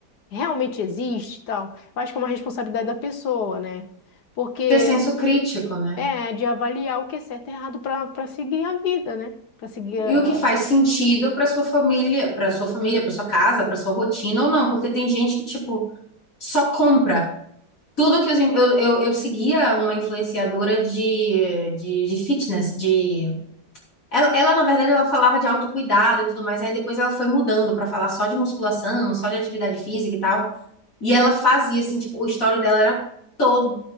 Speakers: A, on the left; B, on the left.
A: realmente existe e tal, eu acho que é uma responsabilidade da pessoa, né? Porque
B: Ter senso crítico, né?
A: é de avaliar o que é certo e errado para para seguir a vida, né? Para seguir a.
B: E o que faz sentido para sua família, para sua família, para sua casa, para sua rotina ou não, porque tem gente que, tipo, só compra. Tudo que os in- eu, eu, eu seguia uma influenciadora de, de, de fitness, de ela, ela, na verdade ela falava de autocuidado e tudo mais, aí depois ela foi mudando para falar só de musculação, só de atividade física e tal. E ela fazia assim, tipo, o story dela era todo,